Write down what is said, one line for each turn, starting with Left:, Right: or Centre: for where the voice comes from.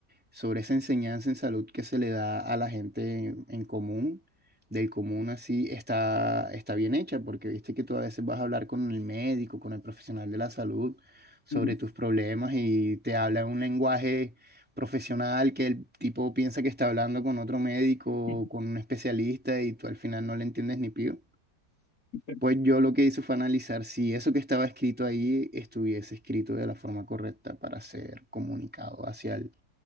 Centre: sobre esa enseñanza en salud que se le da a la gente en, en común, del común así, está, está bien hecha, porque viste que tú a veces vas a hablar con el médico, con el profesional de la salud, sobre
Left: Ujú,
Centre: tus problemas y te habla en un lenguaje profesional que el tipo piensa que está hablando con otro médico
Left: ujú.
Centre: o con un especialista y tú al final no le entiendes ni pío.
Left: <laughs>
Centre: Pues yo lo que hice fue analizar si eso que estaba escrito ahí estuviese escrito de la forma correcta para ser comunicado hacia el,